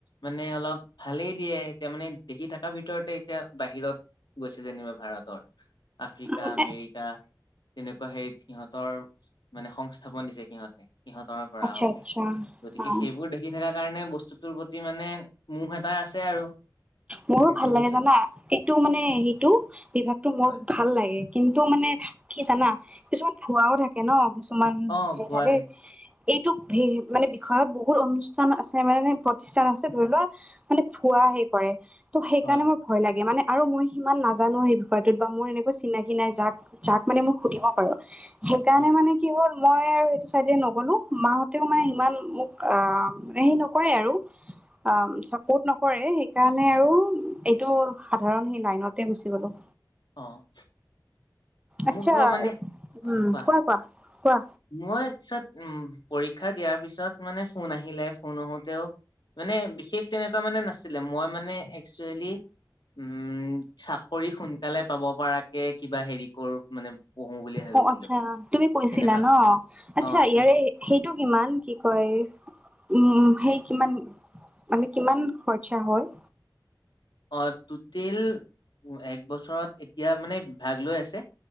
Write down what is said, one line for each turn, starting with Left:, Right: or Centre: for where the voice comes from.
Left: মানে অলপ ভালেই দিয়ে এতিয়া মানে দেখি থকাৰ ভিতৰতে এতিয়া বাহিৰত গৈছে যেনিবা ভাৰতৰ, আফ্ৰিকা,
Right: উম,
Left: আমেৰি
Right: এ
Left: কা হেৰিত সিহঁতৰ, মানে সংস্থাপন দিছে সিহঁতে, সিহঁতৰ পৰা
Right: আচ্ছা,
Left: অ,
Right: আচ্ছা।
Left: গতিকে
Right: অ'
Left: সেইবোৰ দেখি <unintelligible> কাৰণে বস্তুটোৰ প্ৰতি মানে, মোহ এটা আছে আৰু
Right: মোৰো
Left: সেইটো
Right: ভাল লাগে
Left: পিছত
Right: জানা, কিন্তু মানে হেইটো বিভাগতটো মোৰ
Left: হয়
Right: ভাল লাগে, কিন্তু মানে থ কি জানা, কিছুমান ভুৱাও থাক কে ন কিছুমান
Left: অ
Right: <unintelligible>
Left: ভুৱা
Right: থাকে এইটো ভে মানে বিষয়ত বহুত অনুষ্ঠান আছে মানে প্ৰতিষ্ঠান আছে ধৰি লোৱা মানে ফোৱা হেই কৰে ত সেইকাৰণে
Left: হয়
Right: ম ভয় লাগে মানে আৰু মই সিমান নাজানো সেই বিষয়টোত বা মোৰ এনেকুৱা চিনাকি নাই যাক যাক মানে মোক সুধিব পাৰো সেইকাৰণে
Left: হয়
Right: মানে কি হ'ল মই আৰু সেইটো ছাইডে নগ'লো মাহঁতেও মানে সিমান মোক সেই নকৰে আৰু অ চাপৰ্ট নকৰে সেইকাৰণে আৰু এইটো সাধাৰণ সেই লাইনতে গুচি গলো
Left: অ' মোক
Right: আটচ্ছা,
Left: আকৌ মানে
Right: উম',
Left: হয় কোৱা
Right: কোৱা-কোৱা-কোৱা
Left: মই পিছত উ', পৰীক্ষা দিয়াৰ পিছত মানে ফোন আহিলে, ফোন আহোতেও মানে বিশেষ তেনেকুৱা মানে নাছিলে, মই মানে একচুৱেলি উম' চাকৰি সোনকালে পাব পৰাকে কিবা হেৰি কৰো, মানে পঢ়ো বুলি ভাবিছিলো।
Right: অ আচ্ছা তুমি কৈছিলা
Left: তেনেকুৱা
Right: ন? আচ্ছা
Left: অ
Right: ইয়াৰে
Left: সেই
Right: সেইটো কিমান? কি কয়, উম', সেই কিমান মানে কিমান খৰচা হয়?
Left: অ', টোটিল এক বছৰত এতিয়া মানে ভাগ লৈ আছে